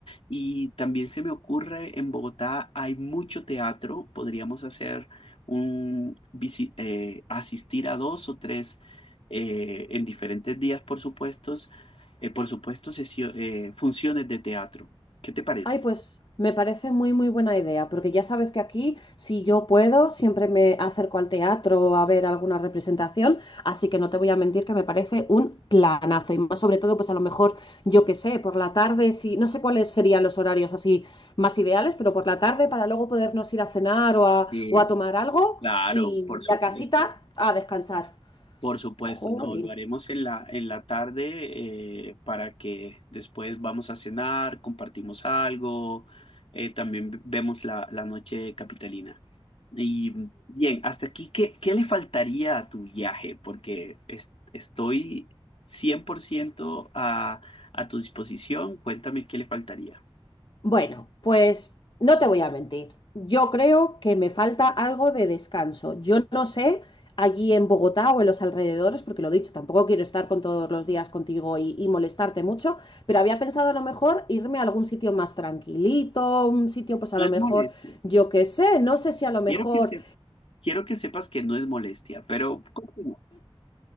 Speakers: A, on the left (about 80°); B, on the left (about 55°).
A: y también se me ocurre, en Bogotá hay mucho teatro, podríamos hacer un, visi- eh, asistir a dos o tres eh, en diferentes días, por supuesto, eh, por supuesto, sesio- eh, funciones de teatro. ¿Qué te parece?
B: Ay, pues me parece muy, muy buena idea, porque ya sabes que aquí, si yo puedo, siempre me acerco al teatro a ver alguna representación, así que no te voy a mentir que me parece un planazo, y más sobre todo, pues a lo mejor, yo qué sé, por la tarde, si, no sé cuáles serían los horarios así más ideales, pero por la tarde para luego podernos ir a cenar o a,
A: Sí,
B: o a tomar algo
A: claro,
B: y
A: por supuesto.
B: a casita a descansar.
A: Por supuesto,
B: Jolín.
A: no, lo haremos en la, en la tarde eh, para que después vamos a cenar, compartimos algo, eh, también v- vemos la, la noche capitalina. Y bien, hasta aquí, ¿qué, qué le faltaría a tu viaje? Porque es- estoy 100% a, a tu disposición. Cuéntame qué le faltaría.
B: Bueno, pues no te voy a mentir. Yo creo que me falta algo de descanso. Yo no sé allí en Bogotá o en los alrededores, porque lo dicho, tampoco quiero estar con todos los días contigo y, y molestarte mucho, pero había pensado a lo mejor irme a algún sitio más tranquilito, un sitio pues a
A: No
B: lo
A: es
B: mejor,
A: molestia.
B: yo qué sé, no sé si a lo mejor,
A: Quiero que se... Quiero que sepas que no es molestia, pero... continúa.